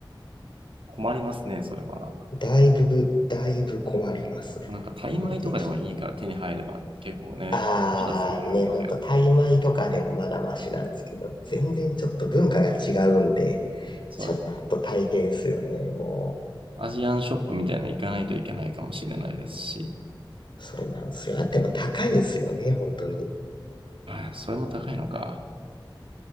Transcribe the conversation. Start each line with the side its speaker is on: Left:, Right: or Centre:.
Right: 困りますね、それは。
Left: だいぶ、だいぶ困ります。
Right: なんか、タイ米とかでもいいから手に入れば結構ね、
Left: なので、ちょっと、ああね、
Right: まだ作られるんですけど。
Left: ほんと、タイ米とかでもまだマシなんですけど、全然ちょっと文化が違うんで、
Right: そうです。
Left: ちょっと大変ですよね、もう。
Right: アジアンショップみたいなの行かないといけないかもしれないですし。
Left: そうなんですよ。あっても高いんですよね、本当に。
Right: ああ、それも高いのか。